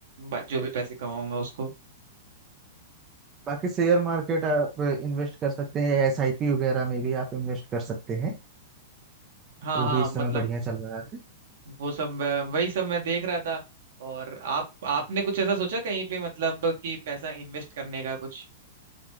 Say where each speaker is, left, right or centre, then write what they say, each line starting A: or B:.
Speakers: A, on the right (about 70°); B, on the right (about 25°).
A: बा- जो भी पैसे कमाऊंगा उसको
B: बाकी शेयर मार्केट आप इन्वेस्ट कर सकते हैं एसआईपी वगैरह में भी आप इन्वेस्ट कर सकते हैं
A: हाँ
B: वो
A: हाँ
B: भी इस
A: मतलब
B: समय बढ़िया चल रहा है
A: वो सब मैं- वही सब मैं देख रहा था और आप आपने कुछ ऐसा सोचा कहीं पे मतलब कि पैसा इन्वेस्ट करने का कुछ